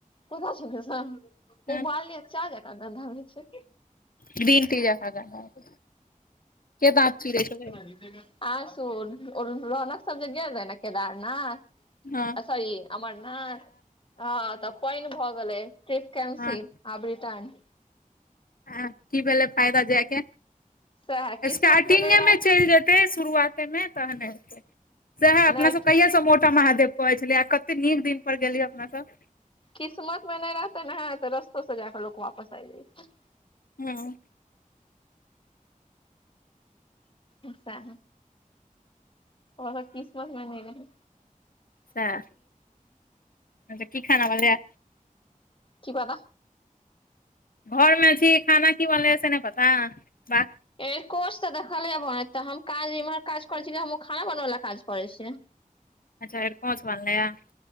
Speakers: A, on the left (about 35°); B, on the left (about 85°).
A: पता छो निशा
B: हँ
A: उबाललियै चाह जका गंधा आबै छै।
B: ग्रीन टी जेका गंध आबै छै, के दांत चिरै छौ गै।
A: निचे कर। आशु और रौनक सब जे गेल रहै ने केदारनाथ।
B: हँ
A: आ सॉरी अमरनाथ हँ तऽ पैन भ गेलय, ट्रिप कैंसिल,
B: हँ
A: आब रिटर्न।
B: आ की भेलै फायदा जायके,
A: सएह किस्मत
B: स्टार्टिंगे
A: नहि रह
B: मे चलि जेय तै शुरुआतेमे तहने हेतै। सैह अपनासब
A: नहि
B: कहियासँ मोटा महादेव कहै छलियै, आ कते नीक दिनपर गेलियै अपनासब।
A: किस्मत मे नहि रहतै ने तऽ, रस्तो से जाकऽ लोक वापस आबि जाइ छै।
B: हँ।
A: अस्छा ओकर किस्मत में ने रहय।
B: सैह की खाना बनलैया।
A: की पता
B: घर मे छी, खाना की बनलैया से नहि पता वाह।
A: एरकोंच त देखलियै बनैत, तऽ हम काज इम्हर काज करै छी, कि हम ओ खाना बनबय बला काज करै छि।
B: अच्छा अरिंकोच बनलैया।